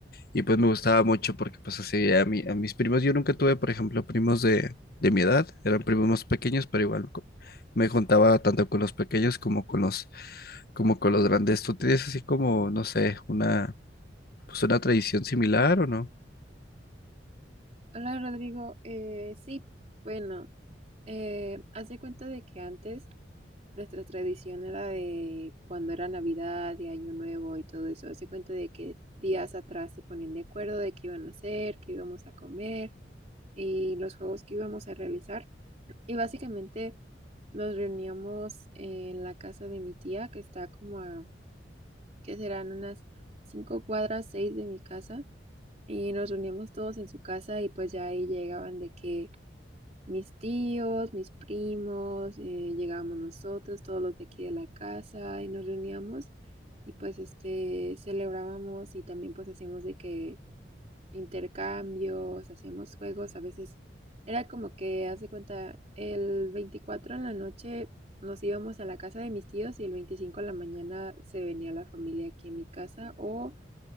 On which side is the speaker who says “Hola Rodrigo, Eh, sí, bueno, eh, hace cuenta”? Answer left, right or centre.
Right